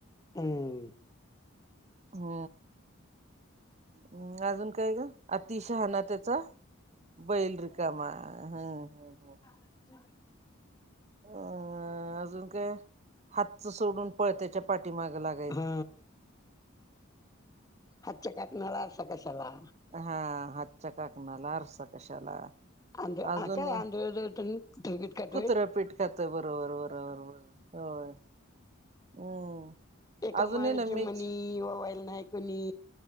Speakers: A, on the left; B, on the right.
A: हूं...
B: हा... हम् अजून काय ग अति शहाणा त्याचा बैल रिकामा हं...
A: अच्छा
B: अ अजून काय हातचं सोडून पळत्याच्या पाठीमागं लागणे.
A: ह... हातच्या काकणाला आरसा कशाला.
B: हां.. हातच्या काकणाला आरसा कशाला.
A: आंध
B: अजून
A: काय
B: नाही
A: आंधळ दळतून ठोकीत काढतोय.
B: कुत्रं पीट खातं बरोबर- बरोबर -बरोबर. होय हम्म
A: एका
B: अजूनही
A: माळेचे
B: ना मीच
A: मणी, ववायला नाही कुणी.